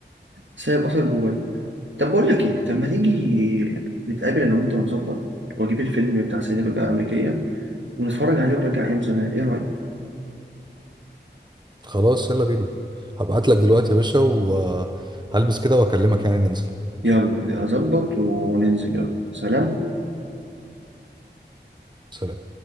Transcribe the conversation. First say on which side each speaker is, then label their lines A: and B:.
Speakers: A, on the right; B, on the right.
A: سايب أثر جوايا طب بقول لك إيه طب ما تيجي نتقابل أنا وأنت ونظبط وأجيب الفيلم بتاع صعيدي في الجامعة الأمريكية ونتفرج عليه ونرجع أيام زمان إيه رأيك؟
B: خلاص يلا بينا هبعت لك دلوقتي يا باشا وهلبس كده واكلمك يعني ننزل
A: يلا أظبط وننزل يلا سلام
B: سلام